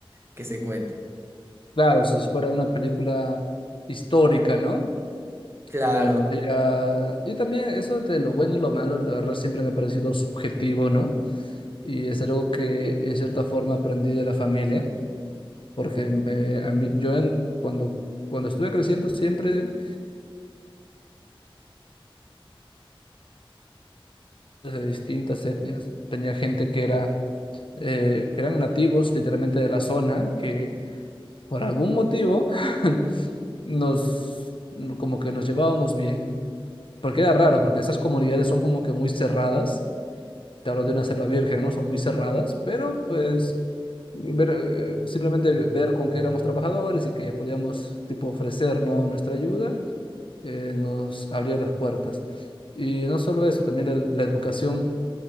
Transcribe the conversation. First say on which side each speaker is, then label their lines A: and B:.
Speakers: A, on the right; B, on the left.
A: que se cuente.
B: Claro, si fuera una película histórica, ¿no?
A: Claro.
B: Podría... Y también eso de lo bueno y lo malo, la verdad siempre me ha parecido subjetivo, ¿no? Y es algo que en cierta forma aprendí de la familia, porque me- a mí- yo en- cuando, cuando estuve creciendo siempre pues, de distintas etnias. Tenía gente que era, eh, que eran nativos literalmente de la zona, que por algún motivo <laughs> nos, como que nos llevábamos bien. Porque era raro, porque esas comunidades son como que muy cerradas te hablo de una selva virgen, ¿no? Son muy cerradas, pero pues ver, eh, simplemente ver con que éramos trabajadores y que podíamos, tipo, ofrecer, ¿no? nuestra ayuda, eh, nos abría las puertas. Y no solo eso, también la, la educación,